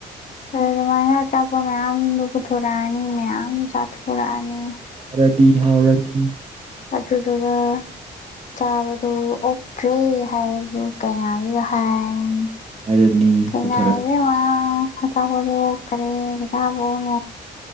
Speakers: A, on the left; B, on the right.
A: ꯑꯗꯨ ꯑꯗꯨꯃꯥꯏꯅ ꯑꯆꯥꯄꯣꯠ ꯃꯌꯥꯝꯗꯣ ꯄꯨꯊꯣꯔꯛꯑꯅꯤ ꯃꯌꯥꯝ ꯆꯥꯊꯣꯔꯛꯑꯅꯤ
B: ꯑꯗꯧꯗꯤ ꯍꯥꯥꯎꯔꯅꯤ
A: ꯑꯗꯨꯗꯨꯒ ꯆꯥꯕꯗꯨ ꯑꯣꯛꯇ꯭ꯔꯦ ꯍꯥꯏꯔꯁꯨ ꯀꯩꯅꯗꯨꯗ ꯍꯥꯏꯔꯅꯤ
B: ꯍꯥꯏꯔꯅꯤ
A: ꯀꯩ
B: ꯄꯨꯊꯣꯔꯛꯑ
A: ꯏꯕꯦꯝꯃꯥ ꯑꯆꯥꯄꯣꯠ ꯑꯣꯛꯇꯔꯦꯅ <unintelligible>